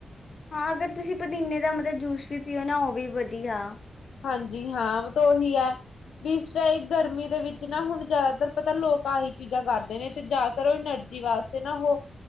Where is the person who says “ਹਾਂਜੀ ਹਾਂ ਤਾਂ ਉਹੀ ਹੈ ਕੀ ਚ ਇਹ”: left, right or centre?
Left